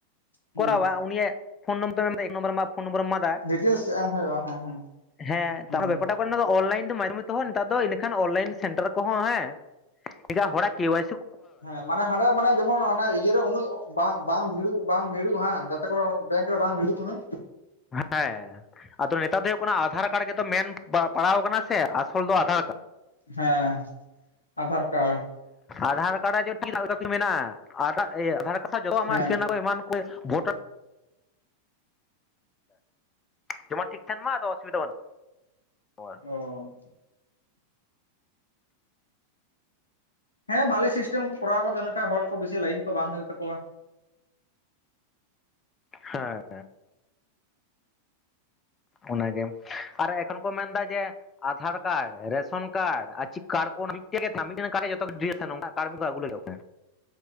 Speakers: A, on the left; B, on the left.
A: ᱦᱩᱸ
B: ᱠᱚᱨᱟᱣᱟ ᱩᱱᱤᱭᱟᱜᱼᱼ ᱯᱷᱳᱱ ᱱᱚᱢᱵᱚᱨ <unintelligible> ᱮᱠ ᱱᱚᱢᱵᱚᱨ ᱯᱷᱳᱱ ᱱᱚᱢᱵᱚᱨᱮᱢ ᱮᱢᱟᱫᱟ
A: ᱰᱤᱴᱮᱞᱥ ᱮᱢ ᱦᱩᱭᱩᱜᱼᱟ ᱦᱮᱸ ᱦᱮᱸ
B: ᱦᱮᱸ
A: ᱦᱩᱸ
B: ᱛᱟᱦᱚᱞᱮ ᱵᱮᱯᱟᱨ ᱴᱟᱜᱼᱼ <unintelligible> ᱚᱱᱞᱟᱭᱤᱱ ᱛᱮ ᱢᱟᱡᱷᱮ <unintelligible> ᱱᱮᱛᱟᱨ ᱫᱚ ᱤᱱᱟᱹ ᱠᱷᱟᱱ ᱚᱱᱞᱟᱭᱤᱱ ᱥᱮᱱᱴᱟᱨ ᱠᱚ ᱦᱚᱸ ᱦᱮᱸ ᱮᱴᱟᱜ ᱦᱚᱲᱟᱜ ᱠᱮᱣᱟᱭᱥᱤᱼᱼ
A: ᱦᱮᱸ ᱢᱟᱱᱮ ᱦᱟᱸᱰᱮ ᱢᱟᱱᱮ ᱡᱮᱢᱚᱱ ᱤᱭᱟᱹᱨᱮ ᱩᱱᱟᱹᱜᱼᱼ ᱵᱟᱝ ᱵᱟᱝ ᱵᱷᱤᱲᱚᱜ ᱵᱟᱝ ᱵᱷᱤᱲᱚᱜ ᱵᱟᱝ ᱡᱟᱛᱮ ᱠᱚ ᱨᱮ ᱵᱮᱝᱠ ᱨᱮ ᱵᱟᱝ ᱵᱷᱤᱲᱚᱜ ᱩᱱᱟᱹᱜᱼᱼ
B: ᱦᱮᱸ ᱟᱫᱚ ᱱᱮᱛᱟᱨ ᱫᱚ ᱦᱩᱭᱩᱜ ᱠᱟᱱᱟ ᱟᱫᱷᱟᱨ ᱠᱟᱨᱰ ᱜᱮ ᱛᱚ ᱢᱮᱱ ᱯᱟᱲᱟᱣ ᱟᱠᱟᱱᱟ ᱥᱮ ᱟᱥᱚᱞ ᱫᱚ ᱟᱫᱷᱟᱨ ᱠᱟᱨᱰᱼᱼ
A: ᱦᱮᱸ ᱟᱫᱷᱟᱨ ᱠᱟᱨᱰ
B: ᱟᱫᱷᱟᱨ ᱠᱟᱨᱰ ᱨᱮᱫᱚ ᱯᱷᱤᱝᱜᱟᱨ ᱯᱨᱤᱱᱴ ᱢᱮᱱᱟᱜ-ᱟ ᱟᱫᱷᱟᱨ ᱠᱟᱨᱰ ᱡ
A: ᱦᱮᱸ
B: ᱮᱢᱟᱱ ᱠᱚ ᱵᱷᱳᱴᱟᱨ ᱡᱮᱢᱚᱱ ᱴᱷᱤᱠ ᱛᱟᱦᱮᱱ ᱢᱟ ᱟᱫᱚ ᱚᱥᱩᱵᱤᱫᱟ ᱵᱟᱹᱱᱩᱜ-ᱟ ᱦᱳᱭ ᱾
A: ᱚ ᱦᱮᱸ ᱵᱷᱟᱞᱤ ᱥᱤᱥᱴᱮᱢ ᱠᱚᱨᱟᱣ ᱟᱠᱟᱫᱟ ᱤᱱᱟᱹ ᱠᱷᱟᱱ ᱦᱚᱲ ᱠᱚ ᱵᱤᱥᱤ ᱞᱟᱭᱤᱱ ᱠᱚ ᱵᱟᱝ ᱦᱩᱭᱩᱜ ᱛᱟᱠᱚᱣᱟ ᱾
B: ᱦᱮᱸ ᱚᱱᱟ ᱜᱮ ᱟᱨ ᱮᱠᱷᱚᱱ ᱠᱚ ᱢᱮᱱᱫᱟ ᱡᱮ ᱟᱫᱷᱟᱨ ᱠᱟᱲ ᱨᱮᱥᱚᱱ ᱠᱟᱲ ᱟᱨ ᱪᱮᱫ ᱠᱟᱨᱰᱴ ᱢᱤᱫᱮᱱ ᱠᱚ ᱦᱩᱭᱩᱜ ᱫᱚ